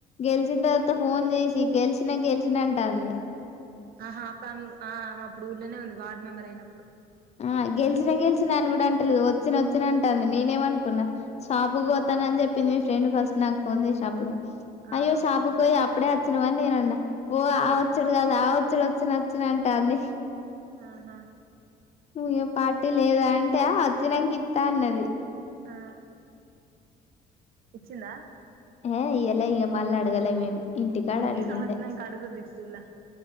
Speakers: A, on the left; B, on the right.
A: గెలిచిన తర్వాత ఫోన్ చేసి గెలిచినా గెలిచిన అంటంది
B: ఆహా అప్పుడు ఆమె అప్పుడు ఊర్లనే ఉంది వార్డ్ మెంబర్ అయినప్పుడు
A: ఆ గెలిచినా గెలిచినాన్నను కూడా అంటలేదు వచ్చిన వచ్చిన అంటుంది, నేనేమనుకున్నా షాప్ కి పోతాన అని చెప్పింది మీ ఫ్రెండ్ ఫస్ట్ నాకు ఫోన్ చేసిన అప్పుడు
B: ఆహా
A: అయ్యో షాప్ కి పోయి అపుడే గెలిచినావా అన్ని నిను అన్న ఓ
B: ఆహా
A: ఆవచ్చుడు కాదు ఆవ వచ్చ వచ్చిన వచ్చినంట అన్ని
B: ఆహా
A: నువే పార్టీ లేద అంటే అచ్చిన గ ఇస్తా అన్నది
B: ఆ ఇచ్చిందా
A: ఏ ఇయలే ఇగా మళ్ళలా అడగాలే మేము ఇంటికాడ
B: ఈ
A: అడిగిందే
B: జీవితం వచ్చినాక అడుగురి ఇప్పుడు ఇలా